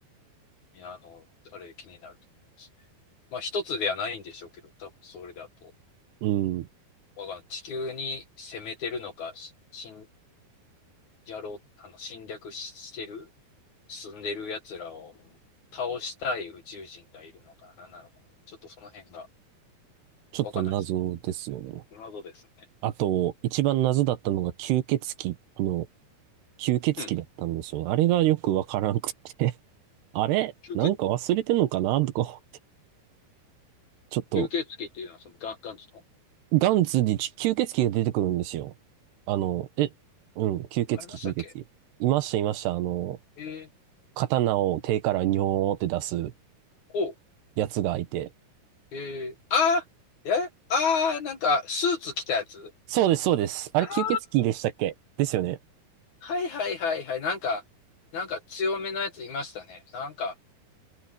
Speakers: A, on the left (about 60°); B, on the right (about 80°).
A: やあの、あれ気になるところですね。まあ、一つではないんでしょうけど、多分それだと、
B: うん。
A: わかんない地球に攻めてるのか、し侵、やろう、あの、侵略ししてる、住んでる奴らを倒したい宇宙人がいるのか、なんなのか、ちょっとその辺が
B: ちょっと謎ですよね。
A: わかんないです。謎ですね。
B: あと、一番謎だったのが吸血鬼の吸血鬼だったんですよ。
A: うん。
B: あれがよくわからんくて <laughs> あれなんか忘れてんのかなとか思って。
A: 吸血
B: ちょっと、
A: 吸血鬼っていうのはそのガンガンズの
B: ガンツに吸血鬼が出てくるんですよ。あの、え、うん、吸血鬼、
A: ありましたっけ
B: 吸血鬼。いました、いました。あの、
A: え
B: 刀を手からニョーって出す
A: ー、お
B: やつがいて。
A: えー、あーえあーなんかスーツ着たやつ
B: そうです、そうです。
A: あ
B: あれ吸血鬼でしたっけですよね。
A: ーはいはいはいはいなんかなんか強めのやついましたねなんか